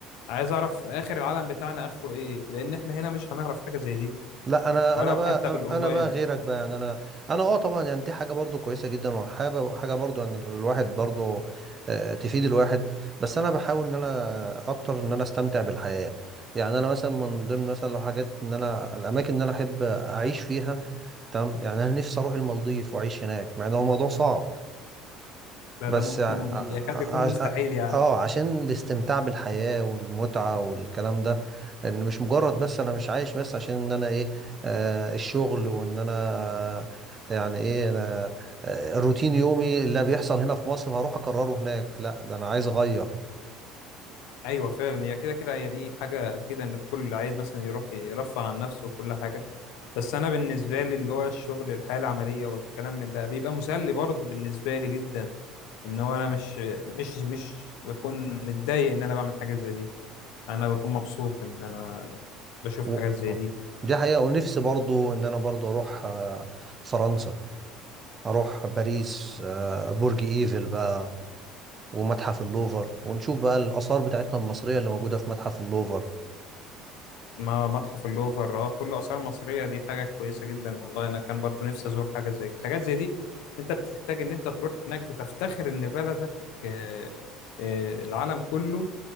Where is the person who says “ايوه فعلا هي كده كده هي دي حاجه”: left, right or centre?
Left